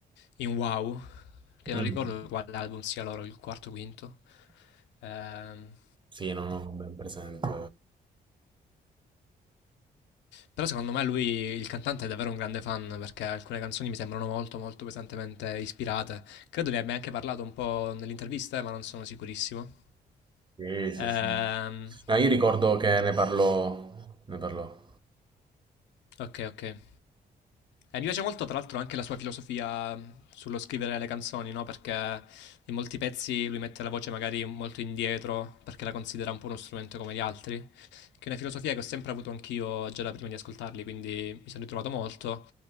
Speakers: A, on the left; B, on the right.
A: in Wow, che
B: Mm,
A: non ricordo quale album sia loro, il quarto o quinto. Ehm,
B: Sì, non ho ben presente.
A: però secondo me lui, il cantante, è davvero un grande fan perché alcune canzoni mi sembrano molto molto pesantemente ispirate. Credo ne abbia anche parlato un po' nell'intervista, eh, ma non sono sicurissimo.
B: Sì, sì,
A: Ehm,
B: sì. No, io ricordo che ne parlò, ne parlò.
A: Okay, okay. Eh, mi piace molto tra l'altro anche la sua filosofia, mhmm, sullo scrivere le canzoni, no, perché in molti pezzi lui mette la voce magari molto indietro, perché la considera un po' uno strumento come gli altri, che è una filosofia che ho sempre avuto anch'io già da prima di ascoltarli, quindi mi sono ritrovato molto.